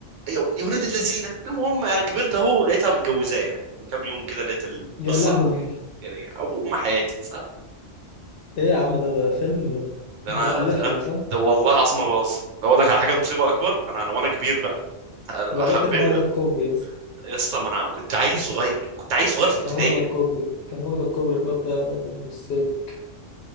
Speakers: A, on the right (about 80°); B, on the left (about 65°).
A: يا يا ولاد الذين المهم يعني كبرت اهو لقيتها متجوزاه يعني من كام يوم كده لقيت القصه
B: يا لهوي
A: يعني ابو ام حياتي صح
B: ايه يا عم ده ده فيلم ده
A: فانا
B: انت مألفها
A: اتقلبت
B: دي صح؟
A: ده والله العظيم ما بهزر لو اقول لك على حاجه مصيبه اكبر انا انا وانا كبير بقى
B: يبقى
A: حبيت
B: الواد ده كان واخد الكوبري يا اسطى
A: يا اسطى ما انا كنت عيل صغير كنت عيل صغير في ابتدائي
B: كان واخد
A: يعني.
B: الكوبري كان واخد الكوبري الواد ده آه، مش سالك